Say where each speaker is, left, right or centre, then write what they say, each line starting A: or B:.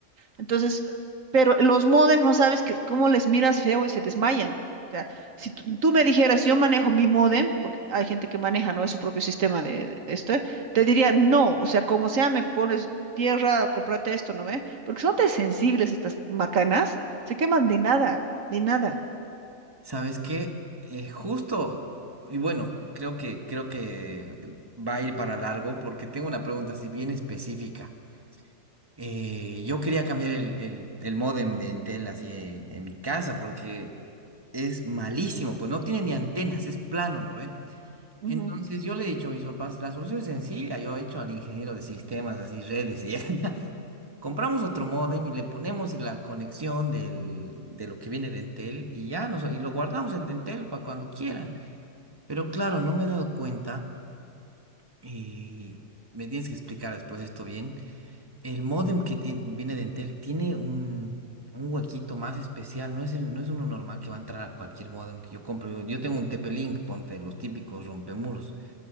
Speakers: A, on the right; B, on the right.
A: Entonces, pero los modems no sabes que, cómo les miras feo y se desmayan. O sea, si tú, tú me dijeras, yo manejo mi modem, porque hay gente que maneja, ¿no? Es su propio sistema de, de- de esto, ¿eh? te diría, no, o sea, como sea, me pones tierra, cómprate esto, ¿no ve? Porque son tan sensibles estas macanas, se queman de nada, de nada.
B: ¿Sabes qué? Eh, justo, y bueno, creo que, creo que va a ir para largo porque tengo una pregunta así bien específica. Eh, yo quería cambiar el, el, el módem de Entel así en, en mi casa porque es malísimo, pues no tiene ni antenas, es plano, ¿no ve?
A: Ujú,
B: Entonces yo le he dicho a mis papás, la solución es sencilla, yo he hecho al ingeniero de sistemas, así redes, y <laughs> Compramos otro módem y le ponemos la conexión del, de lo que viene de Entel y ya nos, y lo guardamos el de Entel para cuando quieran. Pero claro, no me he dado cuenta y me tienes que explicar después esto bien. El módem que ti- viene de Entel tiene un, un huequito más especial, no es, el, no es uno normal que va a entrar a cualquier módem que yo compro. Yo, yo tengo un TP-Link, ponte los típicos rompemuros.